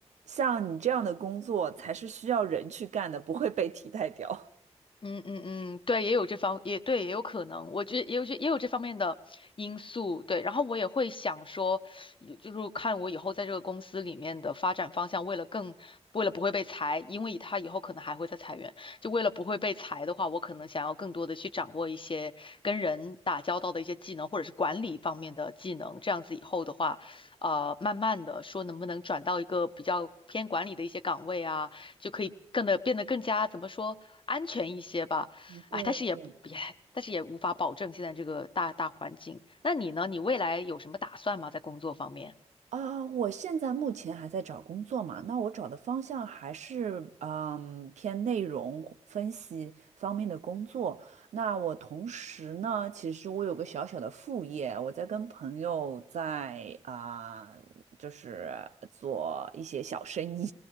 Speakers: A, on the right; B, on the left.
A: 像你这样的工作才是需要人去干的，不会被替代掉。
B: 嗯嗯嗯，对，也有这方，也对，也有可能，我觉得也有这也有这方面的因素，对。然后我也会想说，有就是看我以后在这个公司里面的发展方向，为了更，为了不会被裁，因为他以后可能还会再裁员，就为了不会被裁的话，我可能想要更多的去掌握一些跟人打交道的一些技能，或者是管理方面的技能，这样子以后的话，呃，慢慢的说能不能转到一个比较偏管理的一些岗位啊。就可以更的变得更加怎么说安全一些吧。
A: 嗯，对对。
B: 哎，但是也不也，但是也无法保证现在这个大大环境。那你呢？你未来有什么打算吗？在工作方面？
A: 啊，我现在目前还在找工作嘛，那我找的方向还是嗯偏内容分析方面的工作。那我同时呢，其实我有个小小的副业，我在跟朋友在啊、就是做一些小生意。